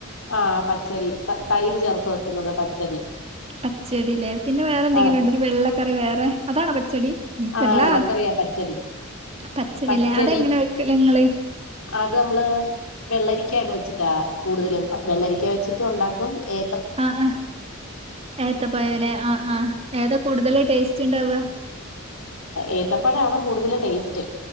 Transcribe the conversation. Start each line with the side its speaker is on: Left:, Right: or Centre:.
Left: ആ പച്ചടി തൈര് ചേർത്ത് വെക്കുന്നത് പച്ചടി
Right: പച്ചടിലേ പിന്നെ വേറെന്തെങ്കിലുണ്ടോ
Left: ആ
Right: ഒരു വെള്ളക്കറി വേറെ അതാണോ പച്ചടി നിക്ക്
Left: ആ
Right: വല്ല
Left: വെള്ളക്കറിയാ പച്ചടി
Right: പച്ചടിലേ
Left: പച്ചടി
Right: അതെങ്ങനെ വെക്കല് നിങ്ങള്
Left: അത് നമ്മള് വെള്ളരിക്ക വെച്ചിട്ടാ കൂടുതലും വെള്ളരിക്ക വെച്ചിട്ട് ഉണ്ടാക്കും ഏ
Right: ആ ആ ഏത്ത പയം ലേ ആ ആ ഏതാ കൂടുതൽ ടേസ്റ്റ് ണ്ടാവ
Left: ഏത്തപ്പഴാണ് കൂടുതൽ ടേസ്റ്റ്